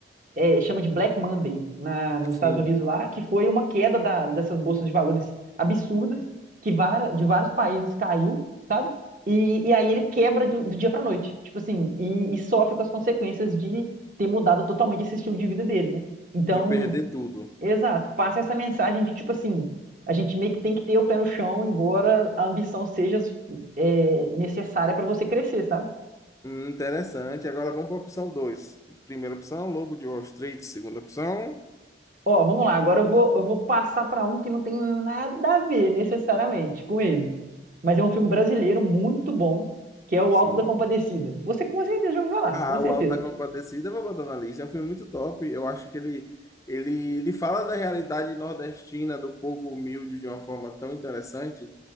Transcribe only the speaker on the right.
é, chama de Black Monday na, nos
Estados Unidos lá, que foi uma queda da, dessas bolsas de valores absurdas, que vara, de vários países caiu, sabe? E, e aí ele quebra do, do dia para noite, tipo assim, e, e sofre com as consequências de ter mudado totalmente esse estilo de vida dele, né? Então,
exato, passa essa mensagem de tipo assim, a gente meio que tem que ter o pé no chão, embora a ambição seja é, necessária para você crescer, sabe?
Ó, vamos lá. Agora eu vou, eu vou passar para um que não tem nada a ver necessariamente com ele. Mas é um filme brasileiro muito bom, que é O
Alto da Compadecida. Você com certeza já ouviu falar,
com certeza.